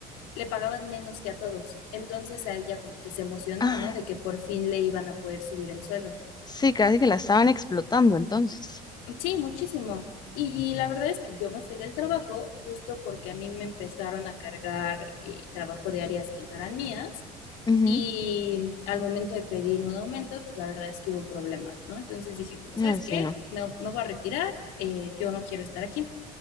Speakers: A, on the left (about 75°); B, on the left (about 20°).
A: le pagaban menos que a todos, entonces a ella como que se emocionó,
B: Ah,
A: ¿no? De que por fin le iban a poder subir el sueldo.
B: sí, casi que la estaban explotando entonces.
A: Sí, muchísimo. Y, y la verdad es que yo me fui del trabajo justo porque a mí me empezaron a cargar eh, trabajo de áreas que no eran mías
B: Ujú.
A: Y al momento de pedir un aumento, pues la verdad es que hubo problemas, ¿no? Entonces dije, como, ¿sabes
B: Ah, sí,
A: qué?
B: no.
A: Me, me voy a retirar, eh, yo no quiero estar aquí.